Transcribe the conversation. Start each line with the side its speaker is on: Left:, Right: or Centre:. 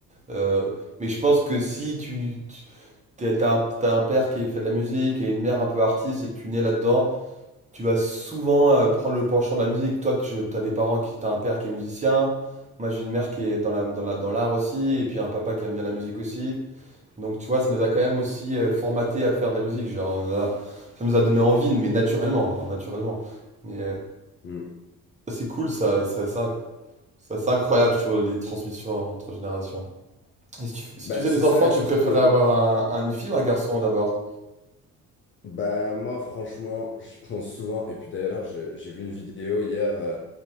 Right: Euh, mais je pense que si tu, tu t'es- t'as un, t'as un père qui fait de la musique et une mère un peu artiste et que tu nais là-dedans, tu vas souvent euh, prendre le penchant de la musique. Toi, tu as des parents qui, t'as un père qui est musicien. Moi, j'ai une mère qui est dans la, dans la, dans l'art aussi, et puis un papa qui aime bien la musique aussi. Donc tu vois, ça nous a quand même aussi euh, formaté à faire de la musique. Genre, on a- ça nous a donné envie, mais naturellement, hein, naturellement. Mais euh,
Left: Hmm.
Right: c'est c'est cool, ça, ça, ça, ça, c'est incroyable, je trouve, les transmissions entre générations. Et si tu, si
Left: Bah,
Right: tu faisais
Left: c'est
Right: des
Left: ça,
Right: enfants,
Left: et
Right: tu
Left: surtout
Right: préférais
Left: que,
Right: avoir un, un- une fille ou un garçon d'abord?
Left: bah, moi, franchement, j'y pense souvent. Et puis d'ailleurs, j'ai j'ai vu une vidéo hier euh,